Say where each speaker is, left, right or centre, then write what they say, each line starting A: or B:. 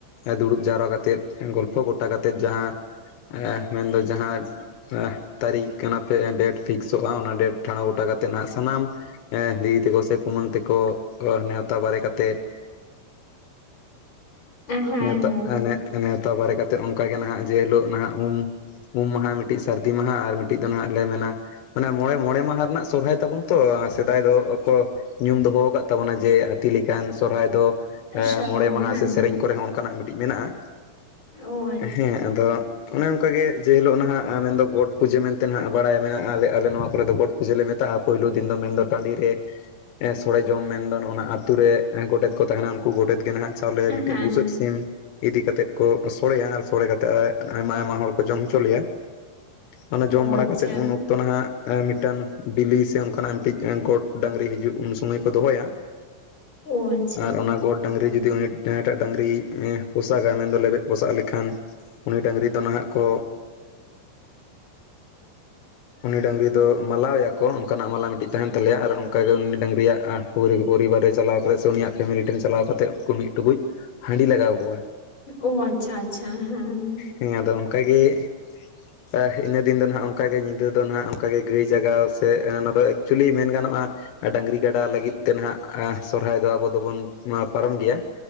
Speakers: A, on the left; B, on the left.
A: ᱫᱩᱲᱩᱵ ᱡᱟᱣᱨᱟ ᱠᱟᱛᱮᱫ ᱜᱚᱞᱯᱷᱚ ᱜᱚᱴᱟ ᱠᱟᱛᱮᱫ ᱡᱟᱦᱟᱸ ᱮᱸᱢᱮᱱ ᱫᱚ ᱡᱟᱦᱟᱸ ᱛᱟᱹᱨᱤᱠᱷ ᱠᱟᱱᱟᱯᱤ ᱰᱮᱴ ᱯᱷᱤᱠᱥᱚᱜᱼᱟ᱾ ᱚᱱᱟ ᱰᱮᱴ ᱴᱷᱟᱲ ᱜᱚᱴᱟ ᱠᱟᱛᱮᱜ ᱱᱟᱜ ᱥᱟᱱᱟᱢ ᱮᱸ ᱫᱤ ᱛᱮᱠᱚ ᱥᱮ ᱠᱩᱢᱟᱹᱝ ᱛᱮᱠᱚ ᱱᱮᱣᱛᱟ ᱵᱟᱨᱮ ᱠᱟᱛᱮᱫ
B: <inaudible> ᱦᱮᱸ ᱦᱮᱸ
A: ᱱᱮᱶᱛᱟ ᱱᱮᱶᱛᱟ ᱵᱟᱨᱮ ᱠᱟᱛᱮ ᱚᱱᱠᱟ ᱜᱮ ᱱᱟᱦᱟᱜ ᱡᱮ ᱦᱤᱞᱳᱜ ᱱᱟᱦᱟᱜ ᱩᱢ ᱩᱢ ᱢᱟᱦᱟ, ᱢᱤᱴᱤᱡ ᱥᱟᱹᱨᱫᱤ ᱢᱟᱦᱟ ᱟᱨ ᱢᱤᱫ ᱴᱤᱡ ᱫᱚ, ᱱᱟᱦᱟᱜ ᱞᱮ ᱢᱮᱱᱟ? ᱢᱟᱱᱮ ᱢᱚᱬᱮ ᱢᱚᱬᱮ ᱢᱟᱦᱟ ᱨᱮᱱᱟᱜ ᱥᱚᱨᱦᱟᱭ ᱛᱟᱵᱚᱱ ᱛᱚ ᱥᱮᱫᱟᱭ ᱫᱚ ᱠᱚ᱾ ᱧᱩᱢ ᱫᱚᱦᱚ ᱠᱟᱫ ᱛᱟᱵᱚᱱᱟ ᱡᱮ ᱦᱟᱹᱛᱤ ᱞᱮᱠᱟᱱ ᱥᱚᱨᱦᱟᱭ ᱫᱚ᱾
B: ᱥᱚᱨᱦᱟᱭ
A: ᱢᱚᱬᱮ ᱢᱟᱦᱟ
B: ᱦᱮᱸ
A: ᱥᱮ ᱥᱮᱨᱮᱧ ᱠᱚᱨᱮ ᱦᱚᱸ ᱚᱱᱠᱟᱱᱟᱜ ᱢᱤᱴᱤᱡ ᱢᱮᱱᱟᱜᱼᱟ᱾
B: ᱚ ᱟᱪᱪᱷᱟ
A: ᱦᱮᱸ ᱟᱫᱚ ᱚᱱᱮ ᱚᱱᱠᱟᱜᱮ ᱡᱮ ᱦᱤᱞᱳᱜ ᱱᱟᱦᱟᱸᱜ ᱢᱮᱱᱫᱚ ᱜᱚᱴ ᱯᱩᱡᱟᱹ ᱢᱮᱱᱛᱮ ᱱᱟᱜᱸ ᱵᱟᱲᱟᱭ ᱢᱮᱱᱟᱜᱼᱟ᱾ ᱟᱞᱮ ᱟᱞᱮ ᱱᱚᱣᱟ ᱠᱚᱨᱮ ᱫᱚ ᱜᱚᱴ ᱡᱮᱞ ᱞᱮ ᱢᱮᱛᱟᱜᱼᱟ ᱯᱳᱭᱞᱳ ᱫᱤᱱ ᱫᱚ ᱢᱮᱱᱫᱚ ᱴᱟᱺᱰᱤ ᱨᱮ ᱥᱚᱲᱮ ᱡᱚᱢ ᱢᱮᱱᱫᱚ ᱱᱚᱜ ᱟᱛᱳ ᱨᱮ ᱜᱚᱰᱮᱛ ᱠᱚ ᱛᱟᱦᱮᱱᱟ ᱩᱱᱠᱩ ᱜᱚᱰᱮᱛ ᱜᱮ ᱱᱟᱦᱟᱜ ᱪᱟᱣᱞᱮ ᱢᱤᱫᱴᱤᱡ
B: ᱦᱮᱸ
A: ᱵᱩᱥᱟᱹᱜ ᱥᱤᱢ ᱤᱫᱤ ᱠᱟᱛᱮᱜ ᱠᱚ ᱥᱚᱲᱮᱭᱟ᱾ ᱟᱨ ᱥᱚᱲᱮ ᱠᱟᱛᱮ ᱛᱟ ᱟᱭᱢᱟ ᱟᱭᱢᱟ ᱦᱚᱲ ᱠᱚ ᱡᱚᱢ ᱦᱚᱪᱚ ᱞᱮᱭᱟ ᱚᱱᱟ ᱡᱚᱢ
B: ᱚ
A: ᱵᱟᱲᱟ
B: ᱟᱪᱪᱷᱟ
A: ᱠᱟᱛᱮᱫ ᱩᱱ ᱚᱠ ᱛᱚ ᱱᱟᱦᱟᱜ ᱢᱤᱫᱴᱟᱝ ᱵᱤᱞᱤ ᱥᱮ ᱚᱱᱠᱟᱱᱟᱜ ᱢᱤᱫᱴᱤᱡ ᱜᱚᱴ ᱰᱟᱹᱝᱨᱤ ᱦᱤᱡᱩᱜ ᱩᱱ ᱥᱚᱢᱚᱭ ᱠᱚ ᱫᱚᱦᱚᱭᱟ᱾
B: <inaudible> ᱟᱪᱪᱷᱟ
A: ᱟᱨ ᱚᱱᱟ ᱜᱚᱰ ᱰᱟᱹᱝᱨᱤ ᱡᱩᱫᱤ ᱩᱱᱤ ᱡᱟᱦᱟᱸᱭᱴᱟᱜ ᱰᱟᱝᱨᱤ ᱯᱚᱥᱟᱜᱟ ᱢᱮᱱ ᱫᱚ ᱞᱮᱵᱮᱜ ᱯᱚᱥᱟᱜ ᱞᱮᱠᱷᱟᱱ᱾ ᱩᱱᱤ ᱰᱟᱹᱝᱨᱤ ᱫᱚ ᱱᱟᱦᱟᱜ ᱠᱚ,
B: <inaudible>
A: ᱩᱱᱤ ᱰᱟᱹᱝᱨ ᱫᱚ ᱢᱟᱞᱟᱣᱭᱟ ᱠᱚ ᱚᱱᱠᱟᱱᱟᱜ ᱢᱟᱞᱟ ᱢᱤᱫᱴᱤᱡ ᱛᱟᱦᱮᱱ ᱛᱟᱞᱮᱭᱟ ᱟᱨ ᱚᱱᱠᱟᱜᱮ ᱩᱱᱤ ᱰᱟᱹᱝᱨᱤᱭᱟᱜ᱾ ᱯᱩᱨᱤ ᱯᱚᱨᱤᱵᱟᱨ ᱨᱮ ᱪᱟᱞᱟᱣ ᱠᱟᱛᱮᱫ ᱥᱮ ᱩᱱᱤᱭᱟᱜ ᱯᱷᱮᱢᱮᱞᱤ ᱴᱮᱱ ᱪᱟᱞᱟᱣ ᱠᱟᱛᱮ ᱩᱱᱠᱩ ᱢᱤᱫ ᱴᱩᱠᱩᱡ ᱦᱟᱺᱰᱤ ᱞᱟᱜᱟᱣ ᱠᱚᱣᱟ
B: ᱳᱻᱟᱪᱪᱷᱟ ᱟᱪᱪᱷᱟ ᱦᱮᱸ᱾
A: ᱦᱮᱸ ᱟᱫᱚ ᱚᱱᱠᱟᱜᱮ, ᱮ ᱤᱱᱟᱹ ᱫᱤᱱ ᱫᱚ ᱦᱟᱜ ᱚᱱᱠᱟᱜᱮ ᱧᱤᱫᱟᱹ ᱫᱚ ᱦᱟᱜ ᱚᱱᱠᱟᱜᱮ ᱜᱟᱹᱭ ᱡᱟᱜᱟᱣ ᱥᱮ ᱚᱱᱟ ᱫᱚ ᱮᱠᱪᱩᱭᱮᱞᱤ ᱢᱮᱱ ᱜᱟᱱᱚᱜᱼᱟ, ᱰᱟᱹᱝᱨᱤ ᱠᱟᱰᱟ ᱞᱟᱹᱜᱤᱫ ᱛᱮ ᱱᱟᱦᱟᱜ ᱥᱚᱨᱚᱦᱟᱭ ᱫᱚ ᱟᱵᱚ ᱫᱚᱵᱚᱱ ᱯᱟᱨᱚᱢ ᱜᱮᱭᱟ᱾